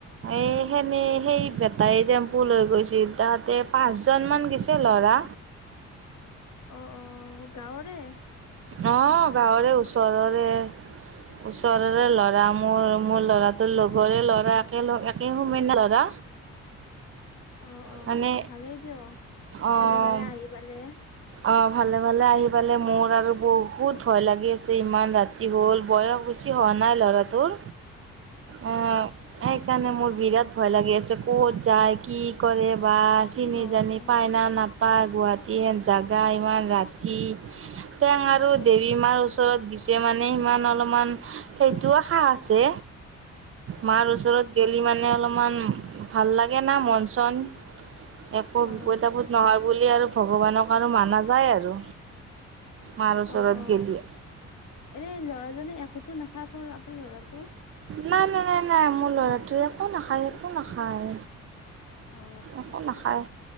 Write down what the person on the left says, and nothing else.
অ, অ গাঁৱৰে।
<inaudible> অ, অ
ভালেই দিয়ক।
ভালে-ভালে আহি পালে
অ
অ
অ
অ
অ অ
এনে ল'ৰাজনে একোটো নাখায় আপোন আপোনাৰ ল'ৰাটো?
অ